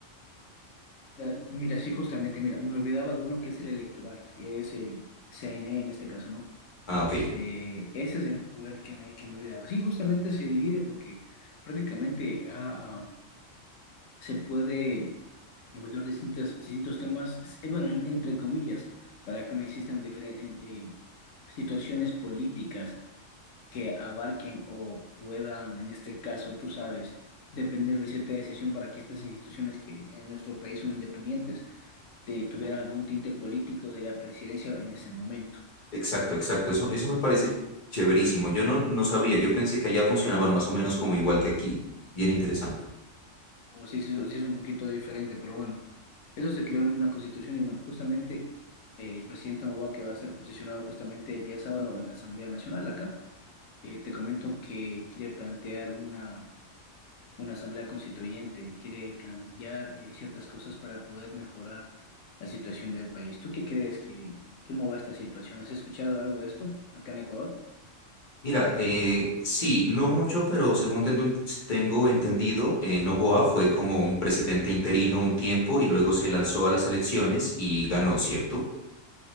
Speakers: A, on the left; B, on the left.
A: Mira, mira, sí, justamente, mira, me olvidaba de uno que es el electoral, que es el CNE en este caso, ¿no?
B: Ah, ok.
A: Eh, ese es el poder que me, que me olvidaba. Sí, justamente se divide porque prácticamente ha se puede evaluar distintos distintos temas, eh, bueno, en- entre comillas, para que no existan diferen- eh, eh, situaciones políticas que abarquen o puedan, en este caso, tú sabes, depender de cierta decisión para que estas instituciones que en nuestro país son independientes te- tuvieran algún tinte político de la presidencia en ese momento.
B: Exacto, exacto. Eso, eso me parece chéverísimo. Yo no, no sabía, yo pensé que allá funcionaban más o menos como igual que aquí. Bien interesante.
A: O sí, sí, sí es un poquito diferente, pero bueno, eso se creó en una constitución y bueno, justamente eh, el presidente Noboa que va a ser posicionado justamente el día sábado en la Asamblea Nacional acá, eh, te comento que quiere plantear una, una asamblea constituyente, quiere cambiar eh, ciertas cosas para poder mejorar la situación del país. ¿Tú qué crees que, cómo va esta situación? ¿Has escuchado algo de esto acá en Ecuador?
B: Mira, eh, sí, no mucho, pero según tengo, tengo entendido, eh, Noboa fue como un presidente interino un tiempo y luego se lanzó a las elecciones y ganó, ¿cierto?